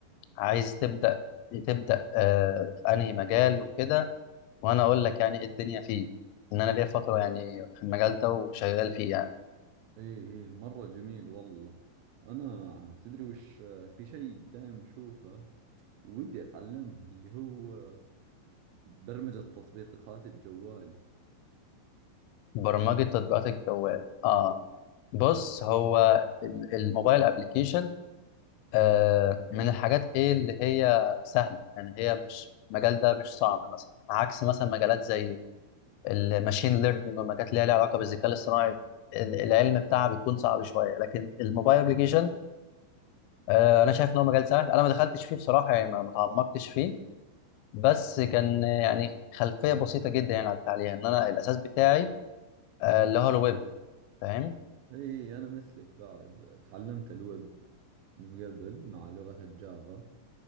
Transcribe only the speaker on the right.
إيه إيه مرة جميل والله أنا تدري وش في شيء دائم أشوفه ودي أتعلمه اللي هو برمجة تطبيقات الجوال
اي انا مثلك بعد تعلمت الويب من قبل مع لغة الجافا